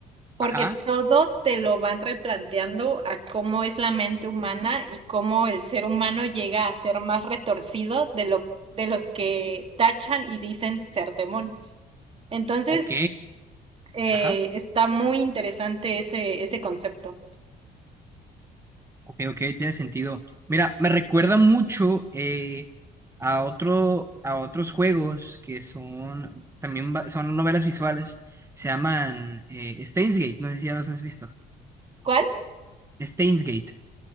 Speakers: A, on the right (about 35°); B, on the right (about 15°).
A: porque
B: ajá,
A: todo te lo van replanteando a cómo es la mente humana y cómo el ser humano llega a ser más retorcido de lo de los que tachan y dicen ser demonios. Entonces,
B: ok,
A: eh,
B: ajá.
A: está muy interesante ese, ese concepto.
B: Ok, ok, tiene sentido. Mira, me recuerda mucho eh, a otro, a otros juegos que son también va- son novelas visuales. Se llaman eh, Steins Gate, no sé si ya los has visto.
A: ¿Cuál?
B: Steins Gate.